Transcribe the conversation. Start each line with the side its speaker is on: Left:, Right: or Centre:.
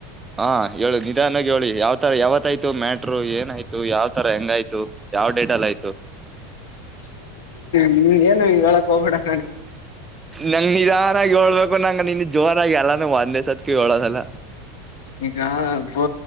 Right: ಹಾ ಹೇಳುದ ನಿ ನಿಧಾನವಾಗಿ ಹ್ಯೋಳಿ ಯಾವ್ತರ ಯಾವತ್ಯ್ತು ಮ್ಯಾಟರು ಏನಾಯ್ತು ಯಾವ್ತರ ಹೆಂಗಾಯ್ತು ಯಾವ್ ಡೇಟಲ್ಲ ಆಯ್ತು
Left: ನಿಮಿಗ್ ಏನು ಹೇಳಕ್ ಹೋಗಬೇಡಾ
Right: ನಂಗ್ ನಿದಾನಾ ಹೋಳ್ಬೇಕ ಓ ನಂಗ್ ನಿನ್ ಜೋರಾಗಿ ಎಲ್ಲಾನು ಒಂದೇಸತ್ಕೆ ಯೋಳೋದಲ್ಲ
Left: ಈಗಾ ಪೊ